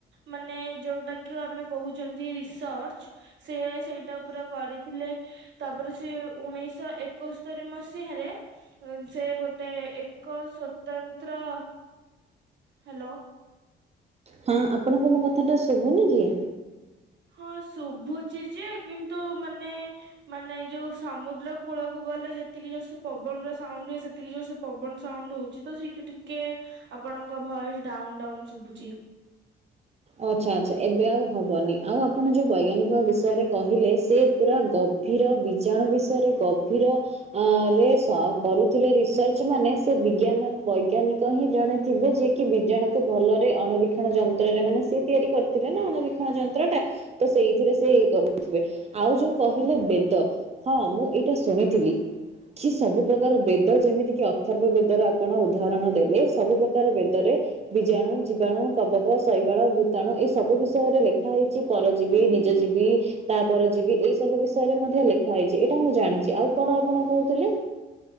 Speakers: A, on the right (about 65°); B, on the right (about 35°).
A: ମାନେ ଯୋଉଟା କି ଆମେ କହୁଛନ୍ତି ରିସର୍ଚ୍ଚ ସିଏ ସେଇଟା ପୁରା କରିଥିଲେ। ତାପରେ ସେ ଉଣେଇଶ ଏକସ୍ତରୀ ମସିହାରେ ସେ ଗୋଟେ ଏକ ସ୍ଵତନ୍ତ୍ର ହ୍ୟାଲୋ।
B: ହୁଁ, ଆପଣଙ୍କୁ ମୋ କଥା ଟା ଶୁଭୁନି କି?
A: ହଁ ଶୁଭୁଛି ଯେ କିନ୍ତୁ ମାନେ ମାନେ ଯୋଉ ସମୁଦ୍ର କୂଳକୁ ଗଲେ ଯେତିକି ଯୋର୍ ସେ ପବନ ର ସାଉଣ୍ଡ ହୁଏ ସେ ଯେତିକି ଜୋର୍ ସେ ପବନ ସାଉଣ୍ଡ ହଉଛି ତ ସେଠି ଟିକେ ଆପଣଙ୍କ ଭଏସ ଡାଉନ ଡାଉନ ଶୁଭୁଛି।
B: ଆଚ୍ଛା ଆଚ୍ଛା ଏବେ ଆଉ ହବନି ଆଉ ଆ ଆପଣ ଯୋଉ ବୈଜ୍ଞାନିକ ବିଷୟରେ କହିଲେ ସେ ପୁରା ଗଭୀର ବୀଜାଣୁ ବିଷୟରେ ଗଭୀର ଅ ରେଷ କରୁ ଥିଲେ ରିସର୍ଚ୍ଚ ମାନେ ସେ ବିଜ୍ଞାନ ବୈଜ୍ଞାନିକ ହିଁ ଜଣେ ଥିବେ ଯିଏ କିି ବିଯାଣୁ କୁ ଭଲରେ ଅଣୁବୀ ବଣ ଯନ୍ତ୍ରରେ ମାନେ ସି ତିଆରି କରିଥିଲେ ନା ଅଣୁବୀକ୍ଷଣ ଯନ୍ତ୍ର ଟା। ତ ସେଇଥିରେ ସେ ଇଏ କରୁଥିବେ ଆଉ ଯୋଉ କହିଲେ ବେଦ। ହଁ ମୁଁ ଏଇଟା ଶୁଣିଥିଲି। ଆଖି ସବୁ ପ୍ରକାର ବେଦ ଯେମିତି କିି ଅଥର୍ବ ବେଦର ଆପଣ ଉଦାହରଣ ଦେଲେ ସବୁ ପ୍ରକାର ବେଦରେ। ବିଜାଣୁ ଜୀବାଣୁ କବକ ଶୈବାଳ ତେଣୁ ଏଇ ସବୁ ବିଷୟରେ ଲେଖା ହେଇଛି ପର ଯିବି
A: ହୁଁ।
B: ନିଜ ଯିବି। ତାପରେ ଯିବି ଏଇ ସବୁ ବିଷୟରେ ମଧ୍ୟ ଲେଖା ହେଇଛି ଏଇଟା ମୁଁ ଜାଣିଛି ଆଉ କଣ ଆପଣ କହୁଥିଲେ।